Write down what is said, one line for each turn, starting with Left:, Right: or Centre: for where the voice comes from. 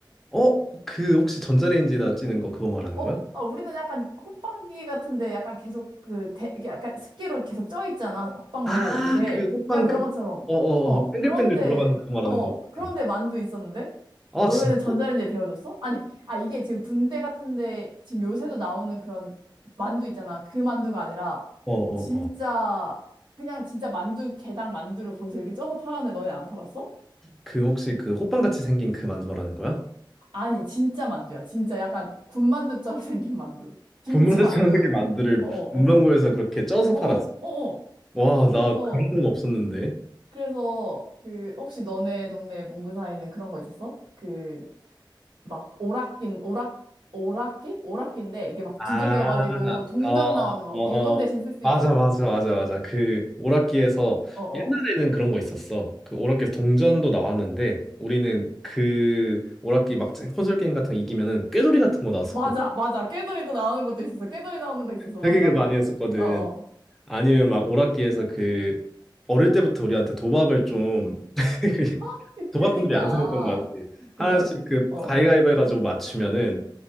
Centre: 어, 그 혹시 전자레인지에다 찌는 거 그거 말하는
Right: 어,
Centre: 거야?
Right: 아, 우리는 약간 호빵기 같은데 약간 계속 그 대, 이렇게 약간 습기로 계속 쪄 있잖아. 호빵도
Centre: 아,
Right: 요새
Centre: 그 호빵
Right: 그냥 그런
Centre: 그,
Right: 것처럼.
Centre: 어, 어,
Right: 어,
Centre: 어, 뱅글뱅글
Right: 그런데
Centre: 들어가는 그거 말하는
Right: 어,
Centre: 거. 같아.
Right: 그런데 만두 있었는데
Centre: 아,
Right: 너네는
Centre: 진짜?
Right: 전자레인지에 데워줬어? 아니, 아 이게 지금 군대 같은데 지금 요새도 나오는 그런 만두 있잖아. 그 만두가 아니라
Centre: 어, 어,
Right: 진짜
Centre: 어.
Right: 그냥 진짜 만두 게당 만두를 거기서 이렇게 쪄서 팔았는데 너네는 안 팔았어?
Centre: 그 혹시 그 호빵같이 생긴 그 만두 말하는 거야?
Right: 아니, 진짜 만두야. 진짜 약간 군만두처럼 <laughs> 생긴 만두. 김치
Centre: 분말
Right: 만두.
Centre: 천사기 만두를
Right: 어어어.
Centre: 문방구에서 그렇게 쪄서
Right: 어,
Centre: 팔았어.
Right: 어, 어.
Centre: 와,
Right: 그래서,
Centre: 나 그런 건 없었는데.
Right: 그래서, 그, 혹시 너네 동네 문구사에는 그런 거 있었어? 그, 막, 오락긴, 오락, 오락기? 오락기인데, 이게 막
Centre: 아,
Right: 두들겨가지고 동전
Centre: 어, 어,
Right: 나오는 거,
Centre: 어,
Right: 100원 대신
Centre: 어.
Right: 쓸 수
Centre: 맞아,
Right: 있는 거.
Centre: 맞아, 맞아, 맞아. 그 오락기에서
Right: 어, 어.
Centre: 옛날에는 그런 거 있었어. 그 오락기에서 동전도 나왔는데 우리는 그 오락기 막 콘솔 게임 같은 거 이기면은 꾀돌이 같은 거 나왔었거든.
Right: 맞아, 맞아. 깨돌이도 나오는 것도 있었어. 깨돌이 나오는 거 있었어. 맞아.
Centre: 되게 그 많이 했었거든.
Right: 어, 어.
Centre: 아니면 막 오락기에서 그 어릴 때부터 우리한테 도박을 좀 <laughs>
Right: <laughs>
Centre: 도박꾼들이
Right: 그니까.
Centre: 양성했던 거 같지. 하나씩
Right: 그니까,
Centre: 그
Right: 어,
Centre: 가위가위보
Right: 어.
Centre: 해가지고 맞추면은